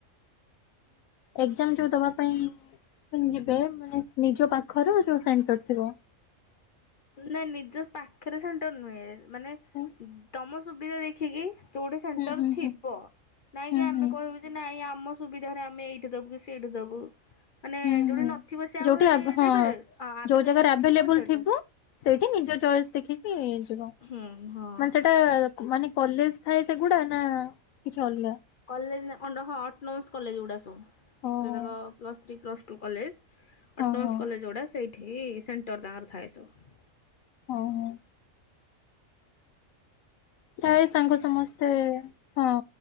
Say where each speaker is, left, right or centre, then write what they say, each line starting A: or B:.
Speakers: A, on the left; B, on the left.
A: ଏକ୍ଜାମ ଯୋଉ ଦବା ପାଇଁ ଯିବେ ମାନେ ନିଜ ପାଖର ଯୋଉ ସେଣ୍ଟର ଥିବ
B: ନାଇଁ ନିଜ ପାଖରେ ସେଣ୍ଟର୍ ନୁହେଁ ମାନେ
A: ହୁଁ
B: ତମ ସୁବିଧା ଦେଖିକି ଯୋଉଠି ସେଣ୍ଟର
A: ହୁଁ ହୁଁ
B: ଥିବ ନାଇଁ
A: ହୁଁ
B: କି ଆମେ
A: ହୁଁ।
B: କହିବୁ ଯେ ନାଇଁ ଆମ ସୁବିଧାରେ ଆମେ ଏଇଠି ଦବୁ କି ସେଇଠି ଦବୁ ମାନେ
A: ହୁଁ
B: ଯୋଉଠି
A: ହୁଁ
B: ନଥିବ ସେ ଆଉ
A: ଯୋଉଠି
B: ସେଠି
A: ଆବ ହଁ
B: ଦେଇପାରେ ଆଭେଲେବୁଲ
A: ଯୋଉ ଜାଗାରେ
B: ଯୋଉଠି
A: ଆଭେଲେବୁଲ
B: ଥିବ ସେଠି
A: ସେଇଠି ନିଜ ଚଏସ୍ ଦେଖିକି ଯିବ
B: ହୁଁ ହଁ
A: ମାନେ ସେଇଟା ମାନେ କଲେଜ ଥାଏ ସେଗୁଡା ନା କିଛି ଅଲଗା?
B: କଲେଜ ଅ ହଁ ଅଟୋନୋମସ୍ କଲେଜ ଗୁଡ଼ା ସବୁ
A: ଓହୋ
B: ଯେତକ plus three plus two college.
A: ହଁ
B: ଅଟୋନମସ
A: ହଁ
B: କଲେଜ ଗୁଡା ସେଇଠି ସେଣ୍ଟର ତାଙ୍କର ଥାଏ ସବୁ।
A: ଓଁ ହୋ। ପ୍ରାୟ ସାଙ୍ଗ ସମସ୍ତେ ହଁ।